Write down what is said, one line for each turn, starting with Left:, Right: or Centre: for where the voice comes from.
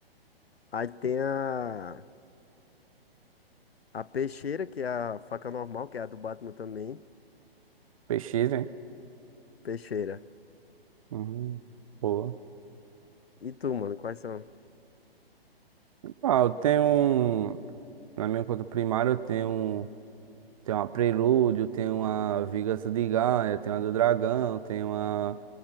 Left: Aí tem a. A peixeira, que é a faca normal, que é a do Batman também.
Right: PX, hein?
Left: Peixeira.
Right: Uhum. Boa.
Left: E tu, mano, quais são?
Right: Ah, eu tenho um. Na minha conta primária eu tenho, um, tenho uma Prelúdio, tenho uma Vingança de Gaia, tenho uma do Dragão, tenho uma